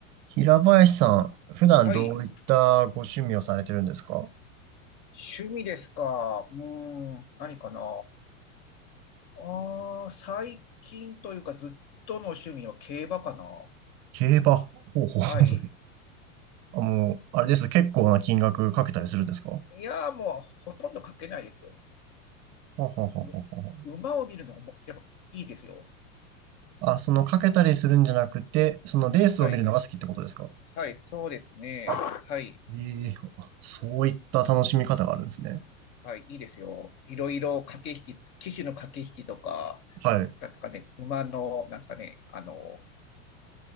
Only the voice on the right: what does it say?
平林さん、普段どういったご趣味をされてるんですか
競馬。ほうほう。
あ、もう、あれですね。結構な金額かけたりするんですかほ
うほうほうほうほう。
あ、そのかけたりするんじゃなくて、そのレースを見るのが好きってことですか
あ、
ええあそういった楽しみ方があるんですね。
はい。